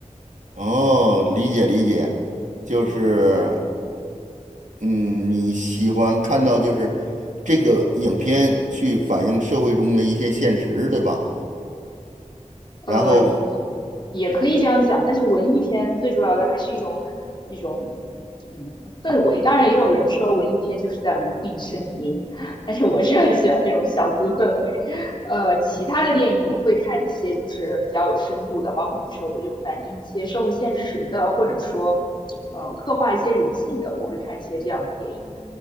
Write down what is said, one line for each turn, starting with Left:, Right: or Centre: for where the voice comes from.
Right: 哦，理解理解，就是
Left: 嗯。
Right: 嗯，你喜欢看到就是这个影片去反映社会中的一些现实，对吧？
Left: 呃，
Right: 然后，
Left: 也也可以这样讲，但是文艺片最主要的还是一种那种嗯氛围。当然，也有人说文艺片就是在无病呻吟，<laughs> 但是我是很喜欢那种小资氛围。呃，其他的电影我会看一些就是比较有深度的，包括你说的就反映一些社会现实的，或者说呃刻画一些人性的，我会看一些这样的电影。